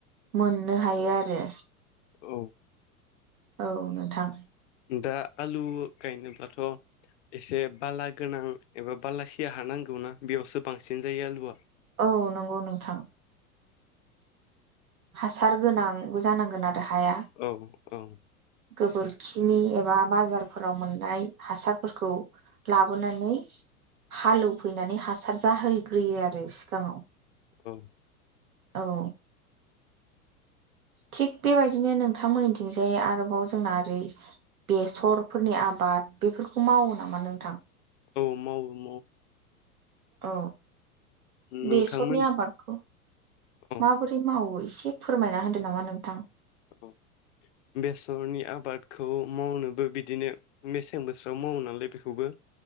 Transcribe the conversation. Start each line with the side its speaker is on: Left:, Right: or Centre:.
Right: मोननो हायो आरो
Left: औ
Right: औ नोंथां
Left: दा आलु गायनोब्लाथ' एसे बाला गोनां एबा बाला सिया हानांगौना बेयावसो बांसिन जायो आलुआ
Right: औ नंगौ नोंथां
Left: <inaudible>
Right: हासार गोनां जानांगोन आरो हाया
Left: औ औ
Right: गोबोरखिनि एबा बाजारफोराव मोननाय हासारफोरखौ लाबोनानै हालौफैनानै हासार जाहैग्रोयो आरो सिगाङाव
Left: औ
Right: औ थिग बेबायदिनो नोंथांमोननिथिंजाय आरोबाव जोंना ओरै बेसरफोरनि आबाद बेफोरखौ मावो नामा नोंथां?
Left: औ मावो माव
Right: औ
Left: नोंथांमोन
Right: बेसरनि आबादखौ
Left: औ
Right: माबोरै मावो? एसे फोरमायना होदो नामा नोंथां?
Left: औ बेसरनि आबादखौ मावनोबो बिदिनो मेसें बोथोराव मावो नालाय बेखौबो